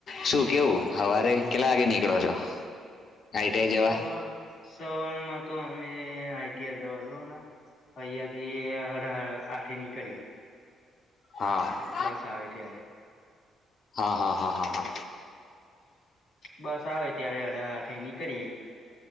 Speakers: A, on the left; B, on the left.
A: શું કેવું સવારે કેટલા વાગે નીકળો છો. આઈટીઆઈ
B: સવાર
A: જવા
B: સવારમાં તો અમે આઈટીઆ જવા દઉ ને અહિયાયાં થી હઢ આઠે નીકડિયે
A: હા
B: બસ આવે ત્યારે
A: હા હા હા હા હા
B: બસ આવે ત્યારે હાઢા આઠે નીકડીએ